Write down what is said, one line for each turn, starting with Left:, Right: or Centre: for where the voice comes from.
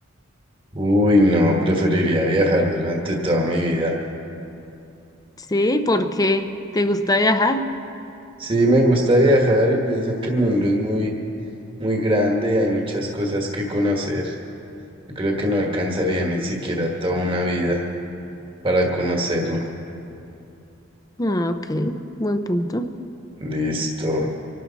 Right: Uy, no, preferiría viajar durante toda mi vida.
Left: Sí, ¿por qué? te gusta viajar.
Right: Sí, me gusta viajar y pienso que el mundo es muy muy grande, hay muchas cosas que conocer. Yo creo que no alcanzaría ni siquiera toda una vida para conocerlo.
Left: Ah, ok, buen punto.
Right: Listo,